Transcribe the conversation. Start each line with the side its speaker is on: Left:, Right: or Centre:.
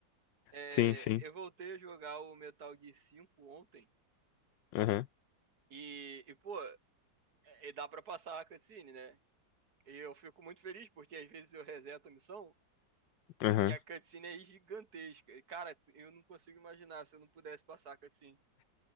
Right: É,
Left: Sim, sim.
Right: eu voltei a jogar o Metal Gear 5 ontem
Left: Aham,
Right: e, e pô, e dá pra passar a cutscene, né? E eu fico muito feliz porque às vezes eu reseto a missão
Left: aham.
Right: e a cutscene
Left: <laughs>
Right: é gigantesca. E, Cara, eu não consigo imaginar se eu não pudesse passar a cutscene.